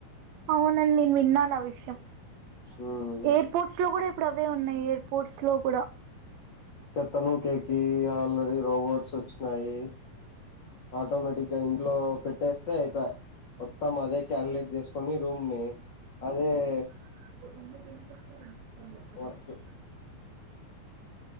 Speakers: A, on the right; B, on the left.
A: అవునండి విన్నాను ఆ విషయం
B: ఉమ్
A: ఎయిర్పోర్ట్స్ లో కూడా ఏప్పుడు అవే ఉన్నాయి ఎయిర్ పోర్ట్స్ లో కూడా
B: చెత్తను కేకి అ ఆలరీ రోబోట్స్ వచ్చినాయి ఆటోమటిక్ యి ఇట్ లో పెట్టేస్తే ఐ ప్యాయా మొత్తం అదే క్యలిక్ లేట్ చేసుకొని రూమ్ని అదేఏ
A: తప
B: వర్క్